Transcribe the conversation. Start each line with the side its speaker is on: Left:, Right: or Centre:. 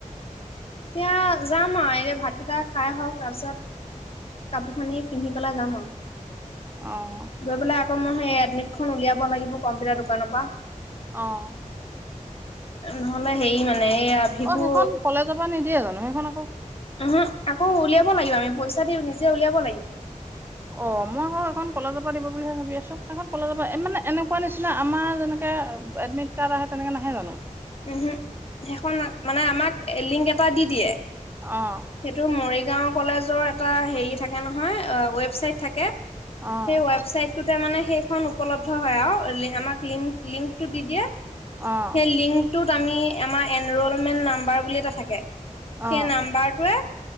Left: এতিয়া যাম আৰু এতিয়া ভাতকেইটা খাই হওঁক, তাৰপিছত কাপোৰ-খানি পিন্ধি পেলাই যাম আৰু
Right: অ'।
Left: গৈ পেলাই মই সৈ এডমিটখন উলিয়াব লাগিব, কম্পিউটাৰ দোকানৰ পৰা।
Right: অ'।
Left: নহ'লে হেৰি মানে এইয়া ভিগু
Right: অ', সেইখন কলেজৰ পৰা নিদিয়ে জানো? সেইখন আকৌ
Left: উহম, আকৌ উলিয়াব লাগিব আমি, পইচা দি নিজে উলিয়াব লাগিব।
Right: অ', মই আকৌ সেইখন কলেজৰ পৰা দিব বুলিহে ভাবি আছোঁ, সেইখন কলেজৰ পৰা, মানে এনেকুৱা নিচিনা আমাৰ যেনেকে এডমিট কাৰ্ড আহে তেনেকে নাহে জানো?
Left: উহ সেইখন মানে আমাক লিংক এটা দি দিয়ে
Right: অ',
Left: সেইটো মৰি গাওঁ কলেজৰ এটা হেৰি থাকে নহয় ৱেবচাইট থাকে।
Right: অ',
Left: সেই ৱেবচাইটটোতে মানে সেই খ উপলব্ধ হয় আৰু আমাক লং লিংক টো দি দিয়ে।
Right: অ',
Left: সেই লিংক টোত আমি আমাৰ এনৰলমেন্ট নাম্বাৰ বুলি এটা থাকে
Right: অ',
Left: সেই নাম্বাৰ <unintelligible>